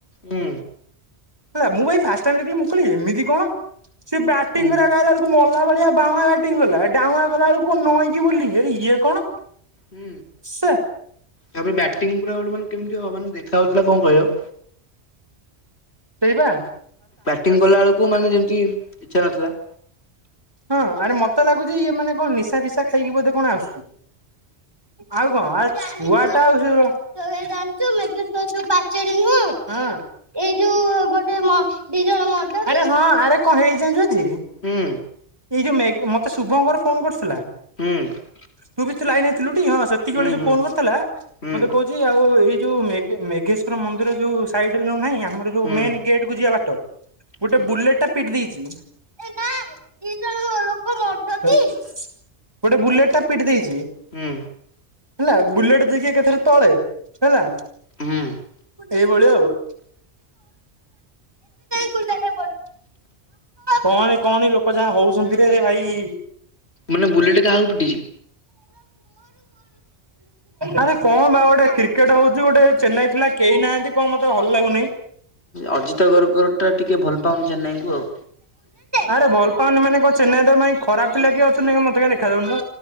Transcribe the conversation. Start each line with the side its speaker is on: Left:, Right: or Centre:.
Left: ହୁଁ।
Right: ହେଲା ମୁଁ ଭାଇ ଫାଷ୍ଟ ଟାଇମ ଦେଖିଲି ମୁଁ କହିଲି ଏମିତି କଣ ସେ ବ୍ୟାଟିଂ
Left: ହୁଁ
Right: କରିଆକୁ ଆଇଲା ବେଳକୁ ମଲା ଭଳିଆ ବାଉଁଆ ବ୍ୟାଟିଂ କଲା ଡାଉଁଆ କଲାବେଳକୁ ନଇଁ କି ବୋଲିଙ୍ଗ ଆରେ ଇଏ କଣ।
Left: ହୁଁ।
Right: ସେ।
Left: ତାପରେ ବ୍ୟାଟିଂ ପୁରା ବେଳକୁ କେମିତି ହବ ଦେଖା ହଉଥିଲା କଣ କହିବ?
Right: ପିଇବା।
Left: ବ୍ୟାଟିଂ କଲାବେଳକୁ ମାନେ ଯେମିତି ଇଚ୍ଛା ନଥିଲା।
Right: ହଁ ଆରେ ମତେ ଲାଗୁଛି ଇଏ ମାନେ କଣ ନିଶା ଫିସା ଖାଇକି ବୋଧେ କଣ ଆସୁଛି। ଆଉ କଣ ଆ ଛୁଆ ଟା ଆଉ ସେଇଭ୍ ଜାଣିଚୁ <inaudible> ପାଚେରୀ ନୁହଁ। ହଁ ଏଇ ଯୋଉ ଗୋଟେ ମ ଦି ଜଣ ମଦ, ଆରେ ହଁ ଆରେ କଣ ହେଇଛି ଜାଣିଛୁ ଆଜି।
Left: ହୁଁ।
Right: ଏଇ ଯୋଉ ମେଗ୍ ମତେ ଶୁଭଙ୍କର ଫୋନ କରୁଥିଲା।
Left: ହୁଁ।
Right: ତୁ ବି ତ ଲାଇନ ରେ ଥିଲୁ ଟି ହଁ ସେତିକି
Left: ହୁଁ
Right: ବେଳେ ଯୋଉ
Left: ହୁଁ
Right: ଫୋନ କରିଥିଲା
Left: ହୁଁ
Right: ମତେ କହୁଛି ଆଉ ଏଇ ଯୋଉ ମେଘ୍ ମେଘେଶ୍ଵର ମନ୍ଦିର ଯୋଉ ସାଇଡରେ ଯୋଉ ନାହିଁ ଆମର ଯୋଉ
Left: ହୁଁ।
Right: ମେନ୍ ଗେଟ୍ କୁ ଯିବା ବାଟ ଗୋଟେ
Left: ହୁଁ
Right: ବୁଲେଟ ଟା ପିଟି ଦେଇଛି। ଦି ଜଣ ଲୋକ ମଦ ପି। ଗୋଟେ ବୁଲେଟ ଟା ପିଟି ଦେଇଛି।
Left: ହୁଁ
Right: ହେଲା ବୁଲେଟ ଦେଇକି ଏକାଥରେ ତଳେ ହେଲା।
Left: ହୁଁ
Right: ଏଇଭଳିଆ ଆଉ। <unintelligible> କହନି କହନି ଲୋକ ଯାହା ହଉଛନ୍ତି ରେ ଭାଇ।
Left: ମାନେ ବୁଲେଟ କାହାକୁ ପିଟିଛି?
Right: ଆରେ କଣ ବା ଗୋଟେ କ୍ରିକେଟ ହଉଛି ଗୋଟେ ଚେନ୍ନାଇ ପିଲା କେହି ନାହାନ୍ତି କଣ ମତେ ଭଲ ଲାଗୁନାହିଁ।
Left: ଅଜିତ ଗରଗର୍ ଟା ଟିକେ ଭଲ ପାଉନି ଚେନ୍ନାଇଙ୍କୁ ଆଉ।
Right: ଆରେ ଭଲ ପାଉନି ମାନେ କଣ ଚେନ୍ନାଇ ତ ପାଇଁ ଖରାପ ପିଲା କିଏ ଅଛନ୍ତି ମତେ କାହିଁ ଦେଖାଯାଉନି ତ।